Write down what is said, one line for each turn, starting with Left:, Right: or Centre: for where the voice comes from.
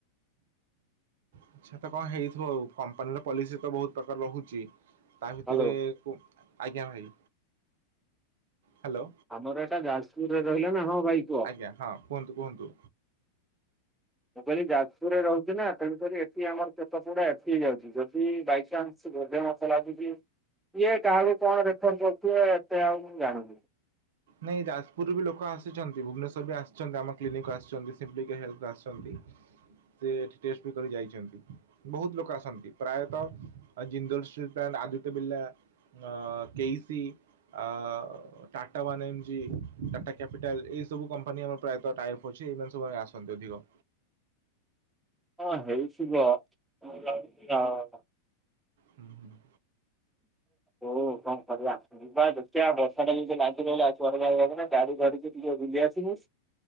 Right: ଆଚ୍ଛା ତ କଣ ହେଇଥିବ ଆଉ କମ୍ପାନୀର ପଲିସି ତ ବହୁତ ପ୍ରକାର ରହୁଛି ତା ଭିତରେ
Centre: ହ୍ୟାଲୋ
Right: କଉ ଆଜ୍ଞା ଭାଇ, ହ୍ୟାଲୋ।
Centre: ଆମର ଏଇଟା ଯାଜପୁରରେ ରହିଲା ନା ହଁ ଭାଇ କୁହ।
Right: ଆଜ୍ଞା ହଁ କୁହନ୍ତୁ କୁହନ୍ତୁ।
Centre: ମୁଁ କହିଲି ଯାଜପୁରରେ ରହୁଛି ନା ତେଣୁ କରି ଏଠି ଆମର ସେତ ପୁରା ଏଠି ହେଇ ଯାଉଛି ଯଦି ବାଇଚାନ୍ସ ସେ ବୋଧେ ମତେ ଲାଗୁଛି କିଏ କାହାକୁ କଣ ରେଫର କରୁଥିବେ ଏତେ ଆଉ ମୁଁ ଜାଣୁନି।
Right: ନାଇଁ ଯାଜପୁରରୁ ବି ଲୋକ ଆସୁଛନ୍ତି ଭୁବନେଶ୍ୱର ବି ଆସିଛନ୍ତି ଆମ କ୍ଲିନିକ କୁ ଆସିଛନ୍ତି ସିମ୍ପ୍ଲିକେୟାର ହେଲ୍ଥ କୁ ଆସିଛନ୍ତି। ସେ ଏଠି ଟେଷ୍ଟ ବି କରି ଯାଇଛନ୍ତି। ବହୁତ ଲୋକ ଆସନ୍ତି ପ୍ରାୟତଃ ଜିନ୍ଦଲ ସ୍ଟିଲପ୍ଲାନ୍ଟ, ଆଦିତ୍ୟ ବିର୍ଲା ଅଁ କେ ଇ ସି, ଅ ଟା Tata one MG, Tata capital ଏଇ ସବୁ କମ୍ପାନୀ ଆମର ପ୍ରାୟତଃ ଟାଇଅପ୍ ଅଛି ଏଇମାନେ ସବୁ ଆସନ୍ତି ଅଧିକ।
Centre: ହଁ ହେଇଥିବ କିଏ ଜାଣୁଛି କାହାକଥା।
Right: ହୁଁ ହୁଁ।
Centre: ହଉ କଁ କରିବା। ଯିବା ଦେଖିଆ ବର୍ଷା ଟା ଯଦି ଲାଗି ରହିଲା କୁଆଡେ ଯାଇହବନି ଗାଡି ଧରିକି ଟିକେ ବୁଲି ଆସିବି।